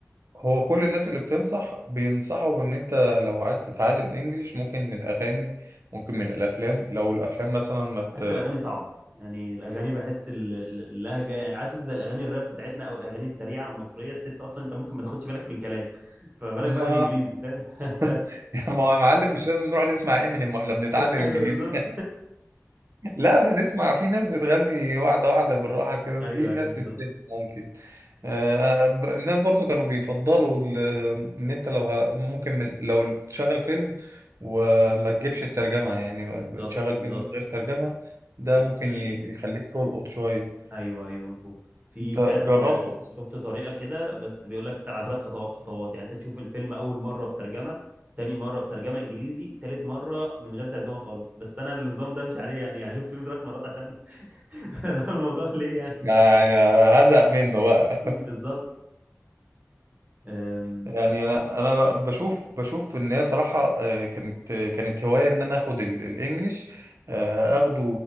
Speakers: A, on the right; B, on the right.
A: هو كل الناس اللي بتنصح بينصحوا ان انت لو عايز تتعلم انجليش ممكن من الاغاني ممكن من الافلام لو الافلام مثلا ما ت...
B: بحس الاغاني صعب يعني الاغاني بحس ال- ال- اللهجه يعني عارف انت زي الاغاني الراب بتاعتنا او الاغاني السريعه المصريه تحس اصلا انت ممكن ما تاخدش بالك من كلام فما بالك
A: ما
B: بقى بالانجليزي فاهم <laughs>
A: <laughs> ما يا معلم مش لازم نروح نسمع امينيم واحنا بنتعلم
B: ايوه
A: انجليزي
B: بالظبط
A: لا بنسمع في ناس بتغني واحدة واحدة بالراحة كده
B: <laughs>
A: دي
B: ايوه
A: الناس
B: ايوه بالظبط
A: تستمع ممكن آه ب- الناس برضو كانوا بيفضلوا ال- ان انت لو ه... ممكن من- لو تشغل فيلم وما تجيبش الترجمة يعني
B: بالظبط
A: بتشغل
B: بالظبط
A: فيلم من غير ترجمة ده
B: في
A: ممكن
B: في
A: ي- يخليك تلقط شوية
B: ايوه ايوه مظبوط في
A: انت
B: فعلا
A: جربته
B: آه،
A: بس؟
B: شفت طريقه كده بس بيقول لك على ثلاث خطو- خطوات يعني انت تشوف الفيلم اول مره بترجمه تاني مره بترجمه انجليزي تالت مره من غير ترجمه خالص بس انا النظام ده مش عليه يعني هشوف فيلم ثلاث مرات عشان <laughs> لا الموضوع ليه يعني
A: ده أنا هزهق منه بقى
B: بالظبط أم،
A: يعني انا انا بشوف بشوف ان هي صراحه آه، كانت كانت هوايه ان انا اخد ال- الانجليش آه، اخده